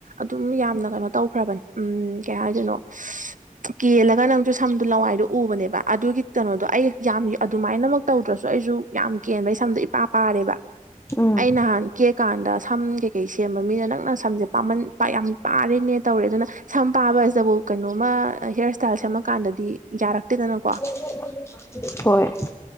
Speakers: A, on the right; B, on the left.
A: ꯑꯗꯨꯝ ꯌꯥꯝ ꯅꯀꯩꯅꯣ ꯇꯧꯈ꯭ꯔꯕꯅꯦ ꯎꯝ ꯀꯩ ꯍꯥꯏꯗꯣꯏꯅꯣ ꯀꯦꯜꯂꯒ ꯅꯪꯁꯨ ꯁꯝꯗꯣ ꯂꯋꯥꯏꯗꯣ ꯎꯕꯅꯦꯕ ꯑꯗꯨꯒꯤ ꯀꯩꯅꯣꯗꯣ ꯑꯩ ꯌꯥꯝ ꯑꯗꯨꯃꯥꯏꯅꯃꯛ ꯇꯧꯗ꯭ꯔꯁꯨ ꯑꯩꯁꯨ ꯌꯥꯝ ꯀꯦꯟꯕꯩ ꯁꯝꯗꯣ ꯏꯄꯥ ꯄꯥꯔꯦꯕ
B: ꯎꯝ
A: ꯑꯩ ꯅꯍꯥꯟ ꯀꯦꯛ ꯀꯥꯟꯗ ꯁꯝ ꯀꯩꯀꯩ ꯁꯦꯝꯕ ꯃꯤꯅ ꯅꯪꯅ ꯁꯝꯁꯦ ꯄꯥꯝꯃꯟ ꯌꯥꯝ ꯄꯥꯔꯦꯅꯦ ꯇꯧꯔꯦ ꯑꯗꯨꯅ ꯁꯝ ꯄꯥꯕꯕꯁꯤꯗꯕꯨ ꯀꯩꯅꯣꯃ ꯍꯤꯌꯔ ꯏꯁ꯭ꯇꯥꯏꯜ ꯁꯦꯝꯃꯀꯥꯟꯗꯗꯤ ꯌꯥꯔꯛꯇꯦꯗꯅꯀꯣ
B: <unintelligible> ꯍꯣꯏ